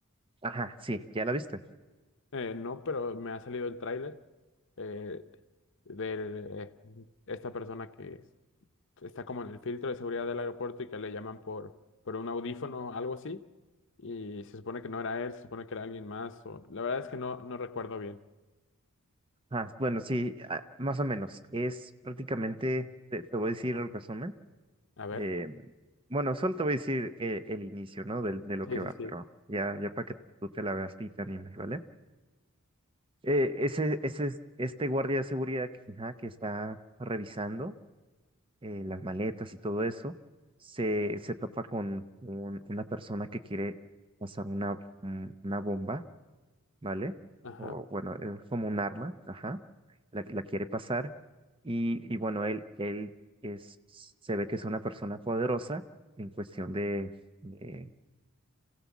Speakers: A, on the right; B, on the left.
A: Ajá, sí, ¿ya la viste?
B: Eh, no, pero me ha salido el tráiler eh, de esta persona que es está como en el filtro de seguridad del aeropuerto y que le llaman por, por un audífono o algo así. Y se supone que no era él, se supone que era alguien más. O... La verdad es que no, no recuerdo bien.
A: Ah, bueno, sí, ah, más o menos. Es prácticamente, te, te voy a decir el resumen.
B: A ver.
A: Eh, bueno, solo te voy a decir eh, el inicio, ¿no? del- De, lo
B: Sí,
A: que
B: sí,
A: va,
B: sí.
A: pero ya, ya para que tú te la veas y te animes, ¿vale? Eh, ese, ese es este guardia de seguridad que, ajá, que está revisando eh, las maletas y todo eso, se, se topa con un- una persona que quiere pasar una, un- una bomba ¿vale?
B: Ajá.
A: O bueno, es como un arma, ajá, la, la quiere pasar y, y bueno, él, él es, se ve que es una persona poderosa en cuestión de, de,